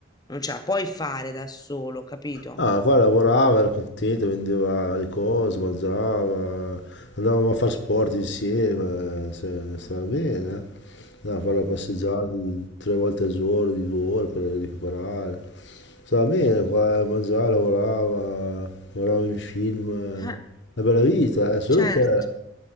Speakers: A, on the left; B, on the left.
A: non ce la puoi fare da solo, capito?
B: Ah, qua lavorava, era contento, vendeva le cose, mangiava, andavamo a fare sport insieme, cioè, stava
A: Eh,
B: bene, eh. Andavamo a fare la passeggiata di- tre volte al giorno, di due ore per recuperare. Stava bene, qua mangiava, lavorava, guardava in film, eh.
A: eh,
B: una bella vita, eh. Solo
A: certo.
B: che,